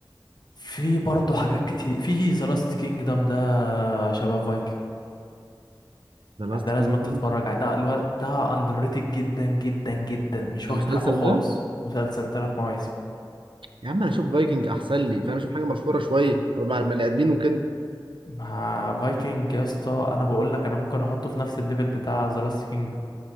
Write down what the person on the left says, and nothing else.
في برضه حاجات كتير في ذا لاست كينجدم ده شبه فايكنج
يعني ده
لازم انت تتفرج عليه ده الو... ده اندر ريتد جدا جدا جدا مش
واخد
حقه خالص
مسلسل ثلاث مواسم
مع فايكنج يا اسطى انا بقول لك انا ممكن احطه في نفس الليفل بتاع ذا لاست كينجدم